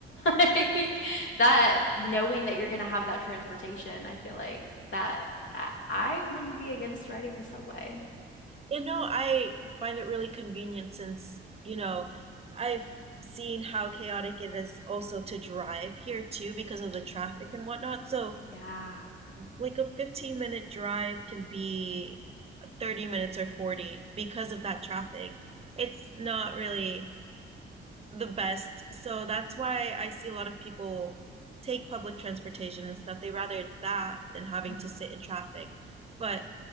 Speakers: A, on the left (about 70°); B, on the right (about 30°).
A: Like that knowing that you're gonna have that transportation, I feel like that I, I wouldn't be against riding the subway.
B: You know, I find it really convenient since, you know, I've seen how chaotic it is also to drive here too because of the traffic and whatnot. So,
A: Yeah.
B: like a 15 minute drive can be 30 minutes or 40 because of that traffic. It's not really the best. So that's why I see a lot of people take public transportation and stuff. They rather that than having
A: Mhm.
B: to sit in traffic. But